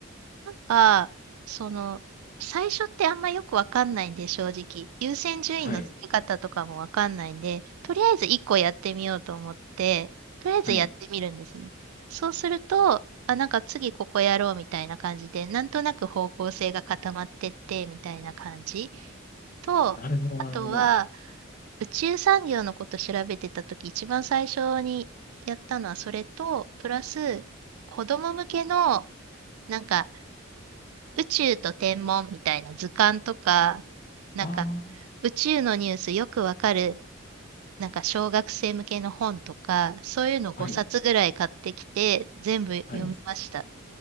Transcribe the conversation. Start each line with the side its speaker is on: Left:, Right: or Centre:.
Right: なんか、その、最初ってあんまよくわかんないんで、正直。優先順位の付け方とかもわかんないんで、
Left: はい。
Right: とりあえず一個やってみようと思って、とりあえずやってみるんですね。
Left: はい。
Right: そうすると、あ、なんか次ここやろうみたいな感じで、なんとなく方向性が固まってって、みたいな感じ。と、
Left: なるほど、
Right: あとは、
Left: なるほど。
Right: 宇宙産業のこと調べてたとき、一番最初にやったのはそれと、プラス、子供向けの、なんか、宇宙と天文みたいな図鑑とか、なんか
Left: あ
Right: 宇宙のニュースよくわかる、なんか小学生向けの本とか、そういうの5冊ぐらい買ってきて、
Left: あ、はい。
Right: 全部読みました。
Left: はい。